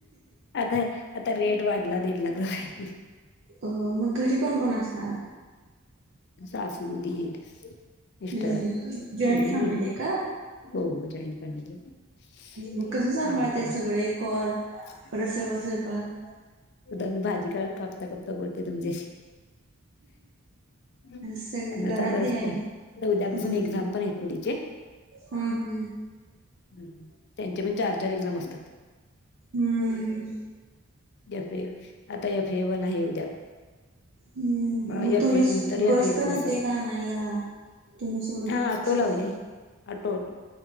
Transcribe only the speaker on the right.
अ मग घरी कोण कोण असता?
हम्म हम् जॉईंट
फॅमिली
आहे का
मग कसं सांभाळत
ते सगळे कॉल
परत सगळं स्वयंपाक
सगळ घरात
ते
आहे ना
हम्म
हम्म हम्म
हम्म
हम्म
मग
तुम्ही
बस
तर
नेते
का आणायला तुम्ही सोडू
सोडायला